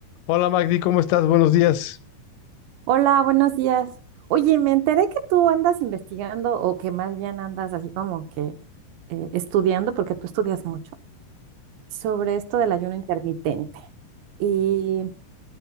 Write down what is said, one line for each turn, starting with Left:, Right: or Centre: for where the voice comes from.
Left: Hola Magdi, ¿cómo estás? Buenos días.
Right: Hola, buenos días. Oye, me enteré que tú andas investigando o que más bien andas así como que eh, estudiando, porque tú estudias mucho, sobre esto del ayuno intermitente. Y